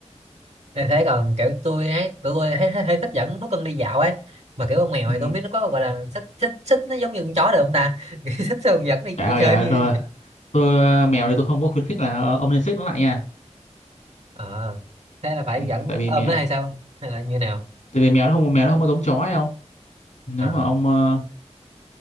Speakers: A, on the right; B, on the left.
A: Nên thế còn kiểu tôi ấy, tụi tôi thấy, thấy, thấy thích dẫn thú cưng đi dạo ấy mà kiểu con mèo
B: ừ.
A: thì tôi không biết nó có gọi là xích xích xích nó giống như con chó được không ta <laughs> xích xong dẫn đi,
B: trời
A: đi
B: ơi
A: chơi
B: trời ơi
A: như
B: thôi tôi ờ, mèo thì tôi không có khuyến khích là ờ, ông nên xích nó lại nha
A: Ờ, thế là phải
B: ừ,
A: dẫn
B: tại vì
A: ôm
B: mèo
A: nó hay sao hay là như nào
B: tại vì mèo nó không mèo nó không có giống chó hay không nếu
A: Ờ,
B: mà ông ờ,